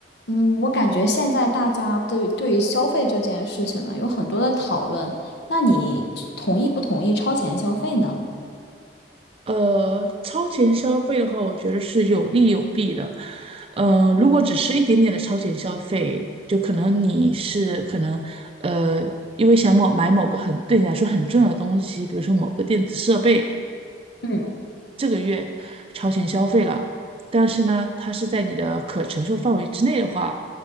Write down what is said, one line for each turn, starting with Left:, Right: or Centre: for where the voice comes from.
Left: 嗯，我感觉现在大家对对于消费这件事情呢，有很多的讨论。那你同意不同意超前消费呢？
Right: 呃，超前消费的话，我觉得是有利有弊的。呃，如果只是一点点的超前消费，就可能你是可能呃，因为想某买某个很对你来说很重要的东西，比如说某个电子设备，
Left: 嗯。
Right: 这个月超前消费了，但是呢，它是在你的可承受范围之内的话，